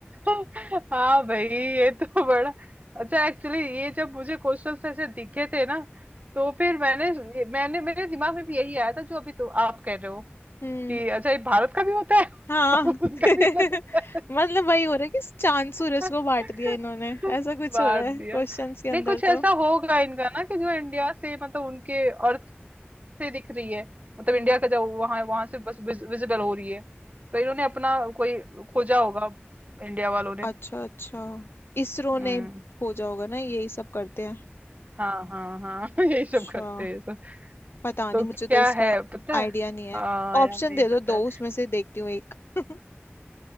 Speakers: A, on the right; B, on the left.
A: हाँ भाई ये तो बड़ा अच्छा एक्चुअली ये जब मुझे क्वेश्चंस ऐसे दिखे थे ना तो फिर मैंने मैंने मेरे दिमाग में भी यही आया था जो अभी तो आप कह रहे हो
B: हम्म
A: कि अच्छा ये भारत का भी होता है <laughs>
B: हाँ
A: उसका
B: <laughs>
A: भी अलग होता
B: मतलब वही हो रहा है कि चांद सूरज
A: है
B: को बांट दिया इन्होंने
A: <laughs>
B: ऐसा कुछ
A: बांट
B: हो रहा है
A: दिया
B: क्वेश्चंस के अंदर
A: नहीं कुछ ऐसा
B: तो
A: होगा इनका ना कि जो इंडिया से मतलब उनके और से दिख रही है मतलब
B: हम्म
A: इंडिया का जो वहां वहां से बस विजिबल हो रही है तो इन्होंने अपना कोई खोजा होगा इंडिया वालों ने
B: अच्छा अच्छा इसरो
A: हम्म
B: ने खोजा होगा ना यही सब करते हैं
A: हाँ हाँ हाँ <laughs> यही सब
B: अच्छा
A: करते हैं सब
B: पता नहीं
A: तो
B: मुझे
A: क्या
B: तो इसका
A: है पता है
B: आइडिया नहीं है
A: हाँ यार
B: ऑप्शन
A: नहीं
B: दे दो
A: पता
B: दो उसमें से देखती हूँ एक <laughs>